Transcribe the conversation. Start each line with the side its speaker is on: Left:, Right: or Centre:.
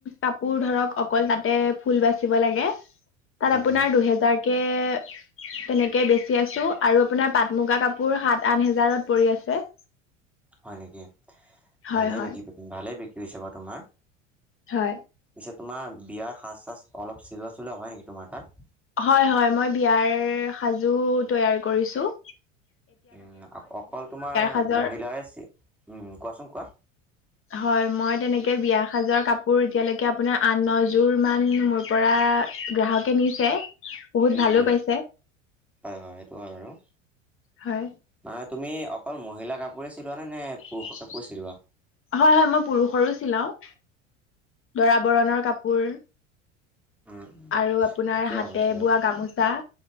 Left: কাপোৰ ধৰক অকল তাতে ফুল বাচিব লাগে তাত
Centre: উম,
Left: আপোনাৰ
Centre: উম,
Left: দুহেজাৰ কে, তেনেকে বেচি আছোঁ আৰু আপোনাৰ পাট মুগা কাপোৰ সাত আঠ হেজাৰত পৰি আছে। <inaudible>
Centre: হয় নেকি,
Left: হয়
Centre: ভালেই
Left: হয়
Centre: বিক ভালেই বিক্ৰীছে বাৰু তোমাৰ।
Left: হয়।
Centre: পিছে তোমাৰ বিয়াৰ সাজ চাজ অলপ চিলোৱা চলোৱা হয় নেকি তোমাৰ তাত?
Left: হয় হয় মই বিয়াৰ সাজো তৈয়াৰ কৰিছোঁ।
Centre: উম, অকল তোমাৰ
Left: সাজৰ
Centre: মহিলাৰে উম, কোৱাচোন কোৱা।
Left: হয়, মই তেনেকে বিয়া সাজৰ কাপোৰ এতিয়ালৈকে আপোনাৰ আন নযোৰ মান মোৰ পৰা গ্ৰাহকে নিছে। বহুত
Centre: উম,
Left: ভালো
Centre: উম,
Left: পাইছে
Centre: হয় হয় সেইটো হয় বাৰু
Left: হয়
Centre: মাত তুমি অকল মহিলা কাপোৰে চিলোৱা? নে নে
Left: হয়,
Centre: পুৰুষৰ কাপোৰ চিলোৱা?
Left: হয়, মই পুৰুষৰো চলাওঁ। দৰা বৰণৰ কাপোৰ।
Centre: উম,
Left: আৰু আপোনাৰ
Centre: ঠিকেই
Left: হাতে
Centre: ভাবিছা বাৰু
Left: বোৱা গামোচা।